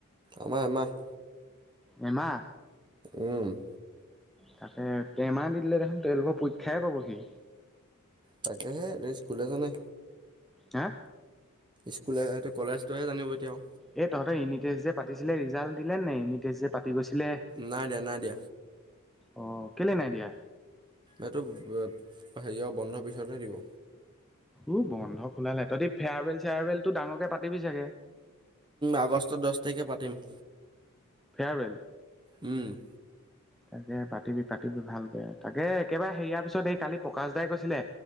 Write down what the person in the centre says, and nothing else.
এমা
তাকতে টেমাহ দি দিলে দেখোন টুৱেলভৰ পৰীক্ষাই পাবহি
হা
এই তহঁতৰ ইউনিট টেষ্ট যে পাতিছিলে ৰিজাল্ট দিলে নে ইউনিট টেষ্ট যে পাতি গৈছিলে
অ কেলে নাই দিয়া
উ বন্ধ খোলালেহঁতি ফেয়াৰৱেল চেয়াৰৱেল ডাঙৰকে পাতিবি চাগে
ফেয়াৰৱেল
তাকে পাতিবি পাতিবি ভালকে তাকে একেবাৰে হেৰিয়াৰ পিছত এই কালি প্ৰকাশ দাই কৈছিলে